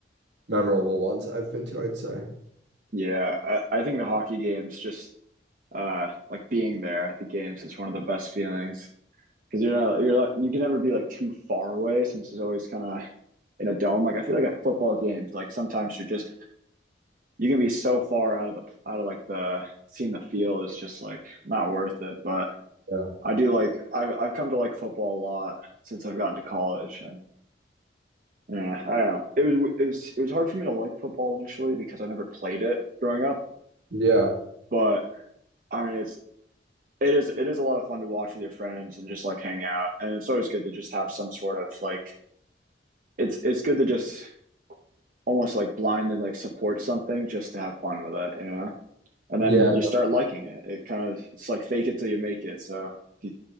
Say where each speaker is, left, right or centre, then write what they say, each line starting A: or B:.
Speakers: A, on the right (about 80°); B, on the right (about 50°).
A: memorable ones I've been to, I'd say.
B: Yeah, I, I think the hockey games just uh like being there at the games is one of the best feelings because you're not you're like you can never be like too far away since it's always kind of in a dome. Like I feel like at football games, like sometimes you're just you can be so far out of the out of like the seeing the field is just like not worth it. But
A: Yeah.
B: I do like I've I've come to like football a lot since I've gotten to college, and yeah, I don't know. It was it was it was hard for me to like football initially because I never played it growing up.
A: Yeah.
B: But I mean, it's it is it is a lot of fun to watch with your friends and just like hang out, and it's always good to just have some sort of like it's it's good to just almost like blindly like support something just to have fun with it, you know. And
A: Yeah,
B: then you start
A: definitely.
B: liking it. It kind of it's like fake it till you make it. So if you